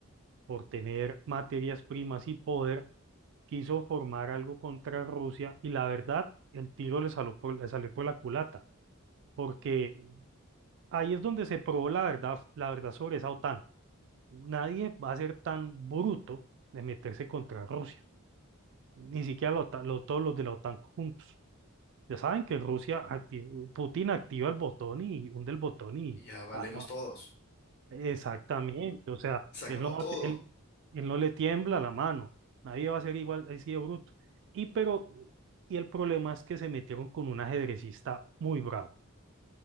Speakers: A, on the right; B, on the left.
A: por tener materias primas y poder, quiso formar algo contra Rusia y la verdad, el tiro le salió por, le salió por la culata, porque ahí es donde se probó la verdad, la verdad sobre esa OTAN Nadie va a ser tan bruto de meterse contra Rusia, ni siquiera la OTAN- lo- todos los de la OTAN juntos. Ya saben que Rusia, acti- Putin activa el botón y hunde el botón y
B: y ya valemos
A: acaba.
B: todos.
A: Exactamente, o sea,
B: Se acabó
A: él no, va
B: todo.
A: a te- él, él no le tiembla la mano, nadie va a ser igual así de bruto. Y, pero, y el problema es que se metieron con un ajedrecista muy bravo.